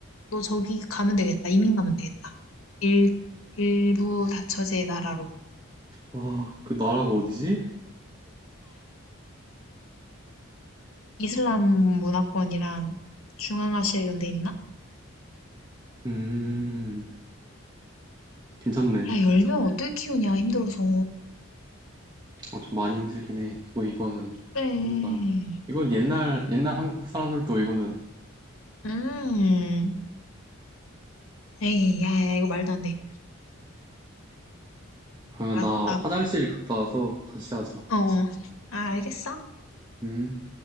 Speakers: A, on the left (about 80°); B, on the right (about 20°).
A: 너 저기 가면 되겠다. 이민 가면 되겠다. 일, 일부 다처제 나라로.
B: 아, 그 나라가 어디지?
A: 이슬람 문화권이랑 중앙아시아 이런 데 있나?
B: 음, 괜찮네.
A: 야, 열 명 어떻게 키우냐, 힘들어서.
B: 아, 좀 많이 힘들긴 해. 그거 이거는,
A: 그래.
B: 이건 안 돼. 이건 옛날, 옛날 한국 사람들도 이거는.
A: 음. 에이, 야, 야, 이거 말도 안 돼.
B: 그러면
A: 야,
B: 나
A: 나,
B: 화장실 갔다 와서 다시 하자.
A: 어. 아, 알겠어.
B: 음.